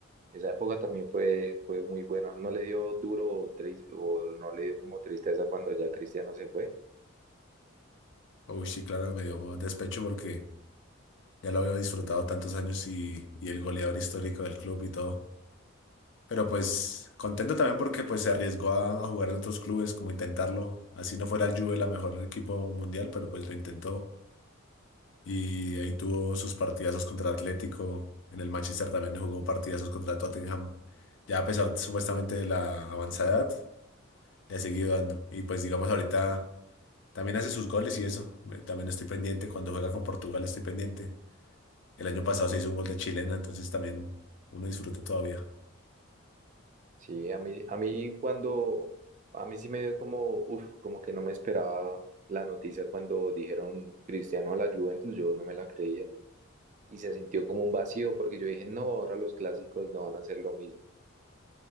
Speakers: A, on the right; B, on the left.
A: Esa época también fue, fue muy buena. No le dio duro o, tris- o no le dio como tristeza cuando ya Cristiano se fue.
B: Uy, sí, claro, me dio despecho porque ya lo había disfrutado tantos años y, y el goleador histórico del club y todo. Pero pues contento también porque pues se arriesgó a, a jugar en otros clubes, como intentarlo. Así no fuera el Juve la mejor equipo mundial, pero pues lo intentó. Y ahí tuvo sus partidazos contra Atlético. En el Manchester también jugó partidazos contra Tottenham. Ya a pesar supuestamente de la avanzada edad, le ha seguido dando. Y pues digamos ahorita También hace sus goles y eso. Me- También estoy pendiente. Cuando juega con Portugal estoy pendiente. El año pasado se hizo un gol de chilena, entonces también uno disfruta todavía.
A: Sí, a mí, a mí cuando, a mí sí me dio como, uff, como que no me esperaba la noticia cuando dijeron Cristiano a la Juventus, yo no me la creía. Y se sintió como un vacío porque yo dije, no, ahora los clásicos no van a ser lo mismo.